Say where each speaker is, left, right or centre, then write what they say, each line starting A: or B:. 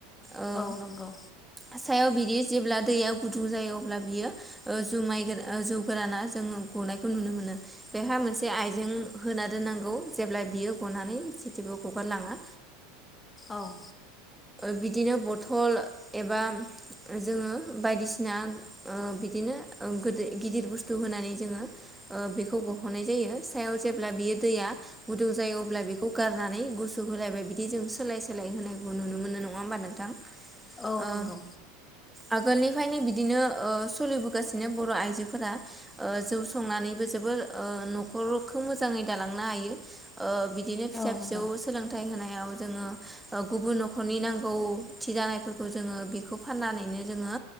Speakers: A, in the centre; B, on the left.
A: ओ
B: औ नंगौ।
A: सायाव बिदि जेब्ला दैया गुदुं जायो अब्ला बियो जुमाय गोरान जौ गोराना जोंङो गनायखौ नुनो मोनो बेवहाय मोनसे आइजें होना दोननांगौ जेब्ला बियो गनानै जिथिबो ग गगार लाङा।
B: औ।
A: बिदिनो बथल एबा जोङो बायदिसिना बिदिनो गोदो गिदिर बुस्थु होनानै जोङो बेखौ गह'नाय जायो सायाव जेब्ला बियो दैया गुदुं जायो अब्ला बेखौ गारनानै गु गुसु होलायबाय बिदि जों सोलाय सोलाय होनायखौ नुनो मोनो नङा होमबा नोंथां?
B: औ
A: ओ
B: नंगौ।
A: आगोलनिफ्रायनो बिदिनो ओ सलिबोगासिनो बर' आइजोफोरा ओ जौ संनानैबो जोबोर ओ न'खरखौ मोजाङै दालांनो हायो ओ बि दिनो फिसा
B: औ
A: फिसौ
B: नंगौ
A: सोलों होनायाव जोङो गुबुन न'खरनि नांगौथि जानायफोरखौ जोङो बेखौ फान्नानैनो जोङो